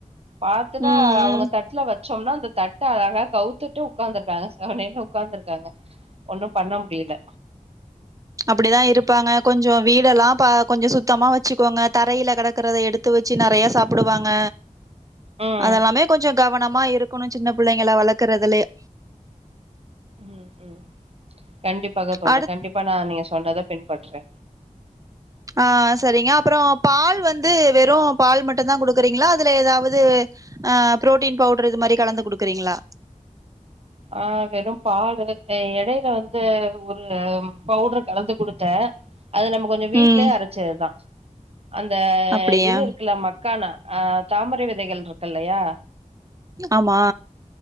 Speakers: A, on the right (about 45°); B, on the right (about 25°).
A: பாத்துதா
B: ம்
A: அவங்க
B: ம்
A: தட்டுல வச்சோம்னா அந்த தட்டு அழகா கௌத் த்துட்டு உட்காந்துர்றாங்க செவனேனு உட்காந்துருக்காங்க ஒன்னூ பண்ண முடியல
B: அப்டிதா இருப்பாங்க கொஞ்சொ வீடெல்லா பாத் கொஞ்சொ சுத்தமா வச்சுக்கோங்க தரையில கெடக்குறத எடுத் த்து வெச்சு நெறைய சாப்புடுவாங்க
A: ம்
B: அதெல்லாமே கொஞ்சொ கவனமா இருக்கணூ சின்ன புள்ளைங்க வளக்குறதுலயே
A: ம் ம் கண்டிப்பாக தோழி
B: அடுத்
A: கண்டிப்பா நா நீங்க சொன்னத பின்பற்றே
B: ஆ செரிங்க அப்புறோ பால் வந்து வெறும் பால் மட்டுந்தா கொடுக்குறீங்களா அதுல ஏதாவது அ புரோட்டீன் பவுடர் இது மாறி கலந்து குடுக்கறீங்களா
A: ஆ வெறு பாலு இடையில வந்து ஒரு பவுடரு கலந்து கொடுத்தே அது நம்ம கொஞ்சொ வீட்லயே
B: ம்
A: அரச்சதுதா அந்த
B: அப்டியா
A: இது இருக்குல்ல மக்கான அ தாமரை விதைகள் இருக்கு இல்லையா
B: ஆமா